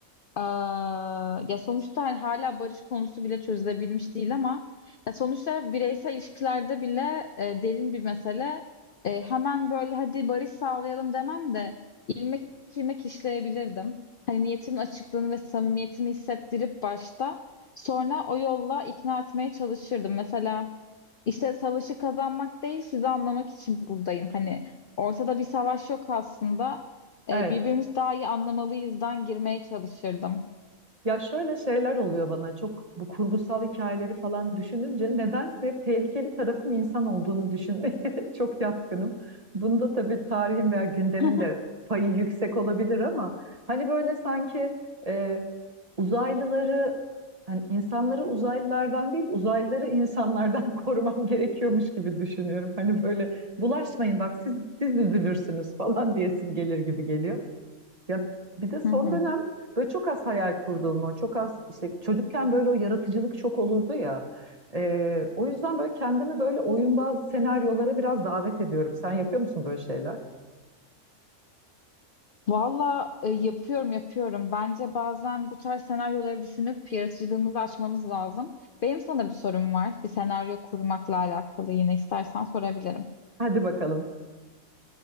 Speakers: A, on the left (about 55°); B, on the right (about 30°).
A: Aa, ya sonuçta hani hala barış konusu bile çözülebilmiş değil ama ya sonuçta bireysel ilişkilerde bile e, derin bir mesele. E, hemen böyle hadi barış sağlayalım demem de ilmek ilmek işleyebilirdim. Hani niyetimin açıklığını ve samimiyetimi hissettirip başta sonra o yolla ikna etmeye çalışırdım. Mesela işte savaşı kazanmak değil sizi anlamak için buradayım. Hani ortada bir savaş yok aslında. E,
B: Evet.
A: birbirimizi daha iyi anlamalıyızdan girmeye çalışırdım.
B: Ya şöyle şeyler oluyor bana çok bu kurgusal hikayeleri falan düşününce nedense hep tehlikeli tarafın insan olduğunu düşünmeye <laughs> çok yatkınım. Bunda tabii tarihin veya gündemin
A: Hı
B: de payı yüksek olabilir ama hani böyle sanki e, uzaylıları hani insanları uzaylılardan değil uzaylıları insanlardan <laughs> korumam gerekiyormuş gibi düşünüyorum. Hani böyle bulaşmayın bak siz siz üzülürsünüz falan diyesim gelir gibi geliyor. Ya bir de son
A: hı.
B: dönem böyle çok az hayal kurduğumu, çok az işte çocukken böyle o yaratıcılık çok olurdu ya. Ee, o yüzden böyle kendimi böyle oyunbaz senaryolara biraz davet ediyorum. Sen yapıyor musun böyle şeyler?
A: Valla e, yapıyorum yapıyorum. Bence bazen bu tarz senaryoları düşünüp yaratıcılığımızı açmamız lazım. Benim sana bir sorum var. Bir senaryo kurmakla alakalı yine istersen sorabilirim.
B: Hadi bakalım.